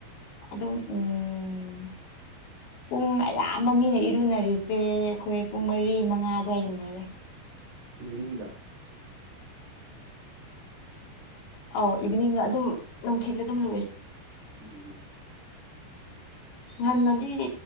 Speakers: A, on the left (about 75°); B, on the right (about 65°).
A: ꯑꯗꯨꯝ ꯎꯝ ꯄꯨꯡ ꯑꯌꯥ ꯃꯃꯤꯡꯅ ꯏꯔꯨꯅꯔꯤꯁꯦ ꯑꯩꯈꯣꯏ ꯄꯨꯡ ꯃꯔꯤ ꯃꯉꯥ ꯑꯗꯨꯋꯥꯏ ꯂꯨꯅꯔꯦ
B: ꯏꯚꯤꯅꯤꯡꯗ
A: ꯑꯧ ꯏꯚꯤꯅꯤꯡꯅ ꯑꯗꯨꯝ ꯅꯨꯡꯊꯤꯜꯗ ꯑꯗꯨꯝ ꯂꯣꯏꯔꯦ
B: ꯎꯝ ꯎꯝ
A: ꯉꯟꯅꯗꯤ